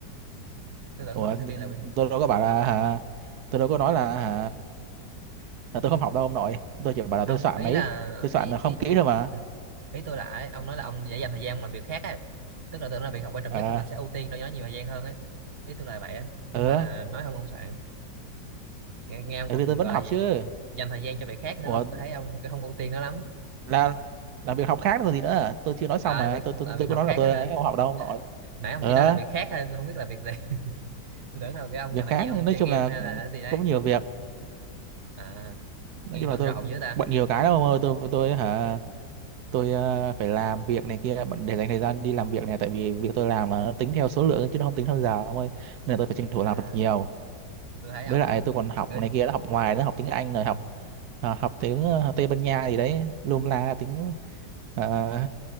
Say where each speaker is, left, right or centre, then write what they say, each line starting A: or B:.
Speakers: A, on the right; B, on the right.
A: Tôi tưởng
B: Ủa,
A: nó với sinh viên là việc
B: tôi đâu có bảo là hả tôi đâu có nói là hả là tôi không học đâu ông nội tôi chỉ bảo là
A: không
B: tôi soạn
A: ý
B: ấy
A: là
B: tôi soạn
A: ý
B: là không
A: ý
B: kỹ
A: ừ.
B: thôi mà
A: ý tôi là ấy, ông nói là ông dễ dành thời gian làm việc khác ấy tức là tôi nói là việc học quan trọng
B: à
A: nhất thì mình sẽ ưu tiên cho nó nhiều thời gian hơn ấy ý tôi là vậy á, chứ
B: ừ
A: không phải là nói không ông soạn nghe, nghe ông
B: thế
A: còn
B: thì tôi vẫn
A: gọi
B: học
A: là gì?
B: chứ
A: dành thời gian cho việc khác nữa
B: Ủa
A: tôi tôi thấy ông không ưu tiên nó lắm
B: là là việc học khác rồi gì nữa à? tôi chưa nói xong
A: à
B: mà
A: việc
B: tôi tôi
A: là việc
B: tôi có
A: học
B: nói
A: khác
B: là tôi
A: á hả
B: ấy không học đâu ông nội
A: nãy ông
B: ờ
A: chỉ nói là việc khác thôi tôi không biết là việc gì <laughs> tôi tưởng đâu cái ông
B: việc
A: dành thời
B: khác
A: gian ông
B: nói
A: chơi
B: chung
A: game
B: là
A: hay là cái gì đấy
B: cũng nhiều việc
A: à
B: nói
A: nghe
B: chung
A: bận
B: là tôi
A: rộn dữ ta
B: bận nhiều cái lắm ông ơi tôi tôi hả tôi ờ, phải làm việc này kia bận- để dành thời gian đi làm việc này tại vì việc tôi làm là nó tính theo số lượng chứ nó không tính theo giờ ông ơi nên là tôi phải tranh thủ
A: à
B: làm thật nhiều
A: tôi thấy
B: với
A: ông
B: lại tôi còn học
A: cứ
B: này kia học ngoài nữa học tiếng Anh rồi
A: ừ.
B: học ờ, học tiếng ờ, Tây Ban Nha gì đấy lum la tiếng ờ,